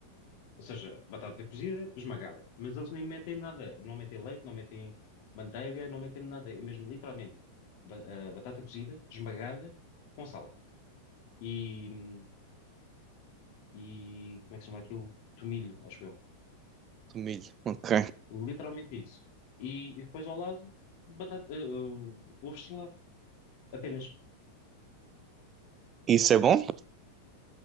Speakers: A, on the left; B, on the right.
A: Ou seja, batata cozida, esmagada. Mas eles nem metem nada. Não metem leite, não metem manteiga, não metem nada. É mesmo literalmente ba- eh, batata cozida, esmagada, com sal. E, e. Como é que se chama aquilo? Tomilho, acho eu.
B: Milho, ok.
A: Literalmente isso. E, e depois ao lado, batata, eh, eh, ovo estrelado. Apenas.
B: Isso é bom?